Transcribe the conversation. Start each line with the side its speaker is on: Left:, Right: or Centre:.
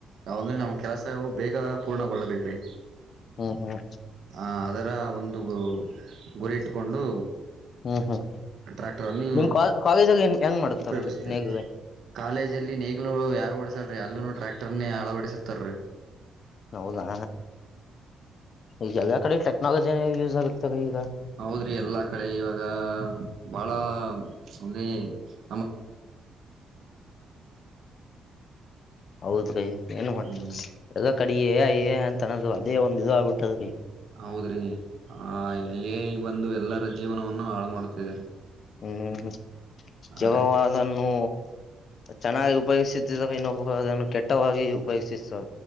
Right: ಯಾವಂದ್ರೆ ನಮ. ಕೆಲಸವು ಬೇಗ ಪೂರ್ಣಗೊಳ್ಳಬೇಕು ರೀ.
Left: ಹ್ಮ್ ಹ್ಮ್
Right: ಹಾ ಅದರ ಒಂದು ಗುರಿ ಇಟ್ಟುಕೊಂಡು.
Left: ಹ್ಮ್ ಹ್ಮ್
Right: ಟ್ರ್ಯಾಕ್ಟರ್ ಅನ್ನು
Left: ನಿಮ್ ಕಾ ಕಾಲೇಜಲ್ಲಿ ಹೆಂಗ್ ಮಾಡುತ್ತ
Right: ಉಪಯೋಗಿಸ್ತಾರೆ
Left: ನೇಗಿಲೆ
Right: ಕಾಲೇಜ ಅಲ್ಲಿ ನೇಗ್ಲು ಯಾರು ಓಡಸಲ್ರಿ ಅಲ್ಲ ನೋಡ. ಟ್ರ್ಯಾಕ್ಟರ್ ನೀ ಆಳವಡಿಸತಾರೀ.
Left: ಹೌದಾ. ಈಗ ಎಲ್ಲ ಕಡೆ ಟೆಕ್ನಾಲಜಿ ಯೂಸ್ ಆಗುತ್ತಾಗ ಈಗ
Right: ಹೌದ್ರಿ ಎಲ್ಲಾ ಕಡೆ ಇವ ಗಾ. ಬಾಳ. <unintelligible>
Left: ಹೌದ್ರೀ ಏನು ಮಾಡ
Right: ಹ್ಮ್
Left: ಎಲ್ಲ ಕಡೇ ಎ ಐ. ತನ್ನದದು ಅದೇ ಒಂದು ಇದು ಆಗ್ಬಿಟ್ಟದು.
Right: ಹೌದ್ರೀ ಹಾ ಏ ಐ ಬಂದು ಎಲ್ಲರ ಜೀವನವನ್ನು ಹಾಳು ಮಾಡ್ತಿದ್ದಾರೆ.
Left: ಹ್ಮ್
Right: ಹಾ
Left: ಜಗವು
Right: ರೀ
Left: ಅದನ್ನು ಚೆನ್ನಾಗಿ ಉಪಯೋಗಿಸುತ್ತಿದ್ದಾರೆ ಇನ್ನೊಬ್ರು ಅದನ್ನು ಕೆಟ್ಟವಾಗಿ ಉಪಯೋಗಿಸುತ್ತದೆ